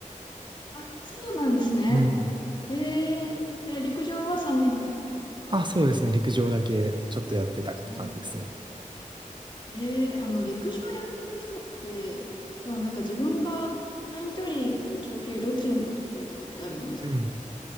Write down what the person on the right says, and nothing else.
うん
<laughs> あ、そうですね、陸上だけちょっとやってたって感じですね。
うん